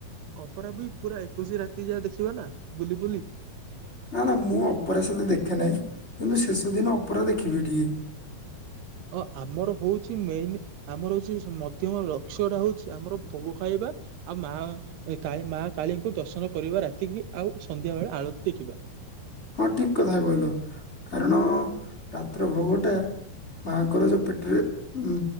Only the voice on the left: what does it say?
ନା ନା ମୁଁ ଅପେରା ସତେ ଦେଖେ ନାହିଁ କିନ୍ତୁ ଶେଷ ଦିନ ଅପରା ଦେଖିବି ଟିକେ।
ହଁ ଠିକ କଥା କଲ କାରଣ ରାତ୍ର ଭୋଗଟା। ମାଙ୍କର ଯୋଉ ପେଟରେ ଉ